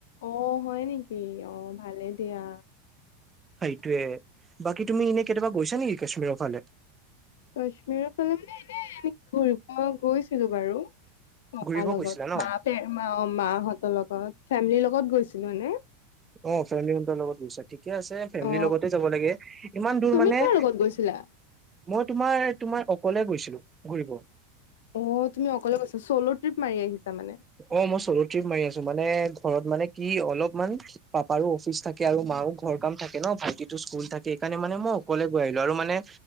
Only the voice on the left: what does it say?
অ', হয় নেকি অ', ভালে দিয়া।
কাশ্মীৰৰ ফালে মানে এনে আমি ঘূৰিব গৈছিলোঁ বাৰু। পাপা
লগত
মাতে মা মাহঁতৰ লগত ফেমিলিৰ লগত গৈছিলোঁ এনে।
অ
তুমি
কাৰ লগত গৈছিলা
অ', তুমি অকলে গৈছাঁ চ'ল' ট্ৰিপ মাৰি আহিছা মানে।